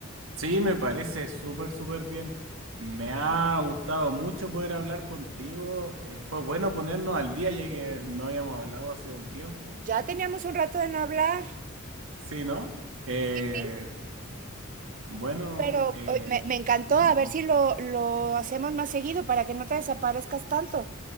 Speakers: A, on the right; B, on the right.
A: Sí, me parece súper, súper bien. Me ha gustado mucho poder hablar contigo. Eh, fue bueno ponernos al día, ya que no habíamos hablado hace un tiempo.
B: Ya teníamos un rato de no hablar.
A: Sí, ¿no? Eh,
B: Sí, sí.
A: bueno,
B: Pero
A: eh,
B: me, me encantó,
A: ujú,
B: a ver si lo, lo hacemos más seguido para que no te desaparezcas tanto.